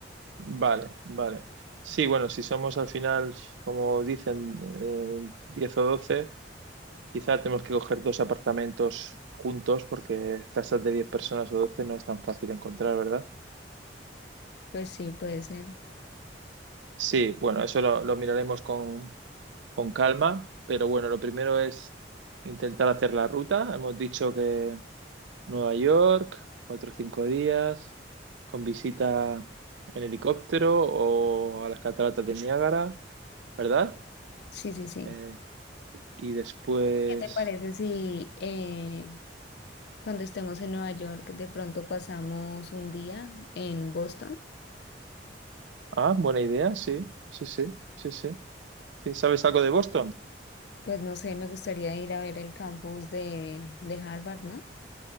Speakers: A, on the right; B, on the left.
A: Vale, vale. Sí, bueno, si somos al final, como dicen, eh, 10 o 12 quizá tenemos que coger dos apartamentos juntos porque casas de 10 personas o 12 no es tan fácil encontrar, ¿verdad?
B: Pues sí, puede ser.
A: Sí, bueno, eso lo, lo miraremos con, con calma, pero bueno, lo primero es intentar hacer la ruta. Hemos dicho que Nueva York, cuatro o cinco días, con visita en helicóptero o a las cataratas de Niágara, ¿verdad?
B: Sí, sí, sí.
A: Eh, Y después...
B: ¿Qué te parece si eh, cuando estemos en Nueva York de pronto pasamos un día en Boston?
A: Ah, buena idea, sí, sí, sí, sí, sí. Sí, ¿sabes algo de Boston?
B: Pues no sé, me gustaría ir a ver el campus de, de Harvard, ¿no?